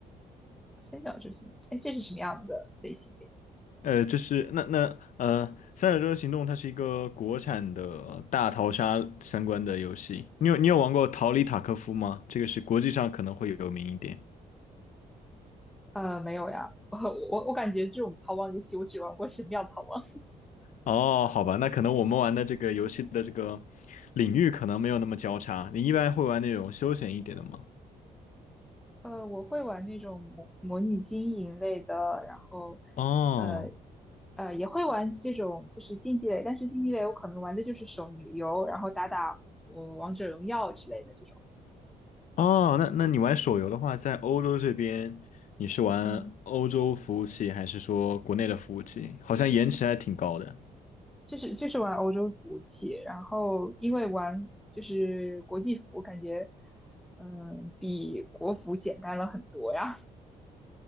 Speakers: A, in the centre; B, on the left.
A: 三角洲行。哎，这是什么样的类型的呀
B: 呃，这是那那呃三角洲行动它是一个国产的大逃杀相关的游戏，你有你有玩过逃离塔科夫吗？这个是国际上可能会有名一点。
A: 呃，没有呀，<laughs> 我我我感觉这种逃亡游戏我只玩过《神庙逃亡》
B: 哦，好吧，那可能我们玩的这个游戏的这个领域可能没有那么交叉。你一般会玩那种休闲一点的吗？
A: 呃，我会玩那种模模拟经营类的，然后，
B: 哦
A: 呃，呃，也会玩这种就是竞技类，但是竞技类我可能玩的就是手游，然后打打我王者荣耀之类的这种，
B: 哦，那那你玩手游的话，在欧洲这边，你是玩欧洲服务器还是说国内的服务器？
A: 嗯，
B: 好像延迟还挺高的。
A: 就是就是玩欧洲服务器，然后因为玩就是国际服，我感觉嗯比国服简单了很多呀。